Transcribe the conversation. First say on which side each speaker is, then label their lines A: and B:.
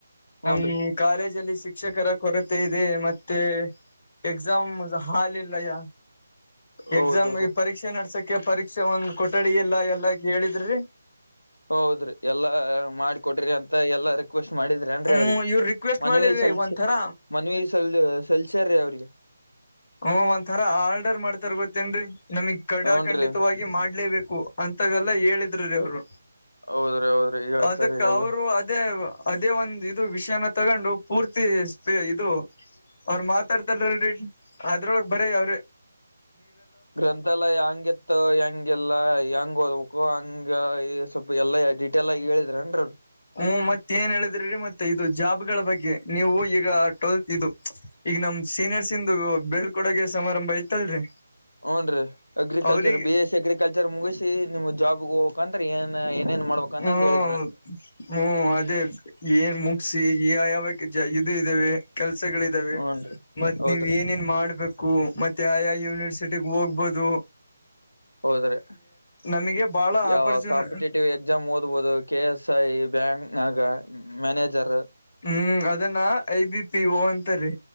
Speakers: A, on the left (about 35°); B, on the left (about 75°).
A: ನಮ
B: ಹೂನ್ರಿ
A: ಕಾಲೇಜಲ್ಲಿ ಶಿಕ್ಷಕರ ಕೊರತೆ ಇ ಇದೆ ಮತ್ತೆ ಎಕ್ಸಾಮ್ ಹಾಲ ಇಲ್ಲಯ
B: ಹೌದೌರಿ
A: ಎಕ್ಸಾಮ್ ಈ ಪರೀಕ್ಷೆ ನಡ್ಸಕ್ ಕ ಪರೀಕ್ಷೆ ಒಂದ್ ಕೊಠಡಿ ಇಲ್ಲ ಎಲ್ಲ ಕೇಳಿದ್ರಿ
B: ಹೌದ್ರಿ ಎಲ್ಲಾ ಮಾಡಕೊಟ್ರರಿ ಅಂತ ಎಲ್ಲಾ ರಿಕ್ವೆಸ್ಟ್ ಮಾಡಿದ್ರಿ ಏನ್ರಿ
A: ಹ್ಮ್
B: ಅವ್ರಿಗೆ
A: ಇವ್ರ ರಿಕ್ವೆಸ್ಟ್
B: ಮನವಿ
A: ಮಾಡಿರಿ
B: ಸಲ್ಸ
A: ಒಂಥರ
B: ಮನ್ವಿ ಸಲ್ ಸೆಲ್ಸರ್ರಿ ಅವ್ರಿಗೆ
A: ಹ್ಮ ಒಂಥರ ಆರ್ಡರ್ ಮಾಡ್ತಾರ ಗೊತ್ತೇನ ರೀ ನಮಗ್ ಕಡಖಂಡಿತವಾಗಿ
B: ಹೂನ್ರಿ
A: ಮಾಡ್ಲೇಬೇಕು ಅಂತ ಅಂತಾಗಲ್ಲಾ ಹೇಳಿದ್ರರು ರೀ ಅವರು
B: ಹೌದ್ರಿ ಹೌದ್ರಿ ಹೇಳ್ತಾರೀ
A: ಅದಕ್ಕ
B: ಎಲ್ಲ
A: ಅವರು ಅದೇ ಅದೇ ಒಂದ ಇದು ವಿಷಯನ ತಗೊಂಡು ಪೂರ್ತಿ ಇದು ಅವರು ಮಾತಾಡ್ತಾರಲ್ರಿ ಅದ್ರೊಳಗೆ ಬರ ಅವ್ರೆ
B: ಗ್ರಂಥ ಎಲ್ಲ ಹೆಂಗ ಇತ್ತು ಹೆಂಗಗೆಲ್ಲ ಹೆಂಗ ಓದ್ಬೇಕು ಹಂಗ ಹಂಗ ಈ ಸ್ವಲ್ಪ ಎಲ್ಲಾ ಡಿಟೇಲ್ ಆಗ ಹೇಳಿದ್ರ ಏನ್ರಿೀ
A: ಹ್ಮ್ ಮತ್ತ ಏನ್ ಹೇಳಿದ್ರಿರಿ ಮತ್ತೆ ಇದು ಜಾಬ್ ಗಳ ಬಗ್ಗೆ ನೀವು ಈಗ ಟ್ವೆಲ್ತ್ ಇದು ಈಗ ನಮ್ ಸೀನಿಯರ್ಸ್ ಇಂದು ಬೆಳ್ಕೊಡಗೆ ಸಮಾರಂಭ ಐತಲ್ರರಿ
B: ಹ್ನ್ರೀ ಅಗ್ರಿಕಲ್ಚರ್
A: ಅವ್ರಿಗೆ
B: ಬಿ ಎಸ್ ಸಿ ಅಗ್ರಿಕಲ್ಚರ್ ಮುಗಿಸಿ ನಿಮ್ ಜಾಬ್ಗೆ ಹೋಗಕಂತರಿ ಏನ್ ಏನೇನ್ ಮಾಡ್ಬೇಕು ಅನ್ನದ್
A: ಹ್ಮ
B: ಹೇಳ
A: ಹ್ಮ್ ಅದೇ ಏನ್ ಮುಗಿಸಿ ಯ ಯಾವ ಇ ಇದಾವ ಕೆಲ್ಸ <unintelligible> ದಾವೆ
B: ಹೂನ್ರಿ
A: ಮತ್
B: ಹೌದ್ರಿ
A: ನೀವ್ ಏನೇನ್ ಮಾಡ್ಬೇಕ ಉ ಮತ್ತೆ ಯ ಯೂನಿವರ್ಸಿಟಿಿಗೆ ಹೋಗ್ಬಹುದು
B: ಹೌದ್ರೆ
A: ನಮಗೆ ಬಹಳ
B: ಯಾವ
A: ಆಪರ್ಚುನ
B: ಕಾಂಪಿಟೇಟಿವ್ ಎಕ್ಸಾಮ್ ಓಬಹುದು ಕೆ ಎಸ್ ಐ ಬ್ಯಾಂಕ್ <unintelligible> ಆಗ ಮ್ಯಾನೇಜರ್
A: ಹ್ಮ್ ಅದನ್ನ ಐ ಬಿ ಪಿ ಓ ಅಂತರಿ